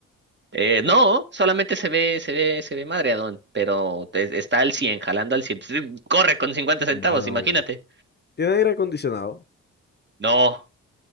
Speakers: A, on the right (about 35°); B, on the left (about 30°).
A: Eh, no, solamente se ve, se ve, se ve madreadón, pero te- está al 100 jalando al cien Pues, Corre con 50 centavos,
B: Bueno,
A: imagínate.
B: ¿tiene aire acondicionado?
A: No.